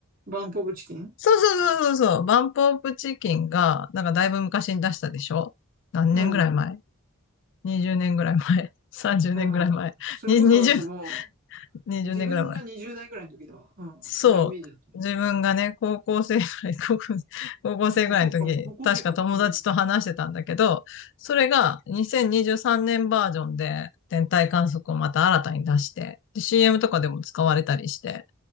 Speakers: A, on the right; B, on the left.
A: バンポブチキン
B: そうそうそうそうそう。バンプオブチキンが、なんかだいぶ昔に出したでしょ何年ぐらい前
A: うん。
B: ?20 年ぐらい前 ?30
A: うん。
B: 年 <laughs> ぐらい前に
A: それこそなんかも
B: ?20、20年ぐらい
A: う、自分が20代ぐらいの時では、うん、
B: そう。
A: なイメージだった。
B: 自分がね、高校生ぐらい、高校、<laughs> 高校生ぐらいの時に、
A: うん、そうかも。高校生かも。
B: 確か友達と話してたんだけど、
A: うん。
B: それが2023年バージョンで天体観測をまた新たに出して、で CM とかでも使われたりして、